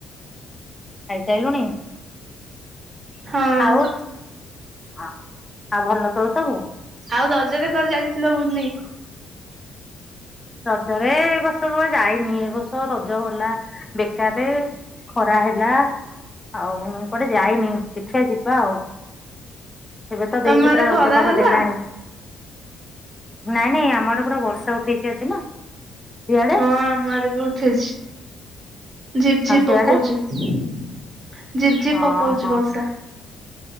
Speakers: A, on the left (about 20°); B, on the right (about 50°).
A: ଖାଇସାଇଲୁଣି?
B: ହଁ
A: ଆଉ ଆ, ଆଉ ଭଲ ତୋର ସବୁ?
B: ଆଉ ରଜରେ କୁଆଡେ ଯାଇଥିଲ ବୁଲି?
A: ରଜରେ ଏ ବର୍ଷ କୁଆ ଯାଇନି, ଏ ବର୍ଷ ରଜ ଗଲା ବେକାରରେ। ଖରା ହେଲା ଆଉ କୁଆଡେ ଯାଇନି, ଦେଖିଆ ଯିବା ଆଉ। ଏବେ ତ
B: ତମ
A: ଦେଇଛି
B: ଆଡେ
A: ପୁରା
B: ଖରା
A: ରଜପାଗ
B: ହେଲା?
A: ଦେଲାଣି। ନାଇଁ ନାଇଁ ଆମ ଆଡେ ପୁରା ବର୍ଷା ଉଠେଇଛି ଆଜି ନା। ସିଆଡେ
B: ହଁ ଆମ ଆଡେ ବି ଉଠେଇଛି, ଝିପ୍ ଝିପ୍
A: ଆଉ ସିଆଡେ
B: ପକଉଛି। ଝିପ୍ ଝିପ୍
A: ହଁ
B: ପକଉଛିି
A: ହଁ
B: ବର୍ଷା।